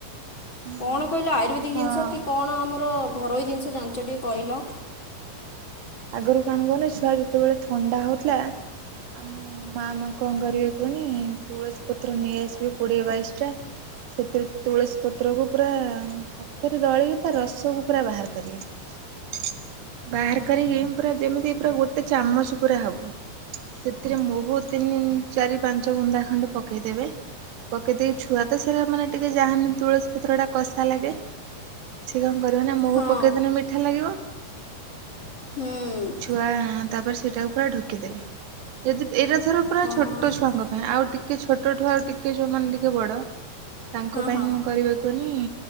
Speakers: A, on the right; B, on the left.
A: ହୁଁ ହୁଁ।
B: କଣ କହିଲ ଆୟୁର୍ବେଦିକ
A: ହଁ
B: ଜିନିଷ କି କଣ ଆମର ଘରୋଇ ଜିନିଷ ଜାଣିଚ ଟିକେ କହିଲ।
A: ଆଗରୁ କଣ କଲେ ଛୁଆ ଯେତେବେଳେ ଥଣ୍ଡା ହଉଥିଲା। ଆମ ମାମା କଣ କରିବେ କୁହନି। ତୁଳସୀ ପତ୍ର ନେଇ ଆସିବେ କୋଡ଼ିଏ ବାଇଶଟା। ସେଥିରେ ତୁଳସୀ ପତ୍ରକୁ ପୁରା ହା ହାତରେ ଦଳିକି ତା ରସକୁ ପୁରା ବାହାର କରିବେ। ବାହାର କରିକି ପୁରା ଯେମିତି ପୁରା ଗୋଟେ ଚାମଚ ପୁରା ହବ। ସେଥିରେ ମହୁ ତିନି ଚାରି ପାଞ୍ଚ ବୃଦା ଖଣ୍ଡେ ପକେଇଦେବେ। ପକେଇ ଦେଇକି ଛୁଆ ତ ସେଟା ମାନେ ଟିକେ ଯା ହେନେ ତୁଳସୀ ପତ୍ର ଟା କଷା ଲାଗେ। ସିଏ କଣ କରିବ ନା ମହୁ
B: ହଁ
A: ପକେଇଦେନେ ମିଠା ଲାଗିବ।
B: ହୁଁ।
A: ଛୁଆ ତାପରେ ସେଇଟାକୁ ପୁରା ଢକିଦେବେ। ଯଦି ଏଇଟା ଧର ପୁରା
B: ହଁ
A: ଛୋଟ ଛୁଆଙ୍କ ପା- ଆଉ ଟିକେ ଛୋଟଠୁ ଆଉ ଟିକେ ଯୋଉମାନେ ଟିକେ ବଡ ତାଙ୍କ ପାଇଁ
B: ହଁ
A: କଣ କରିବା କୁଅନି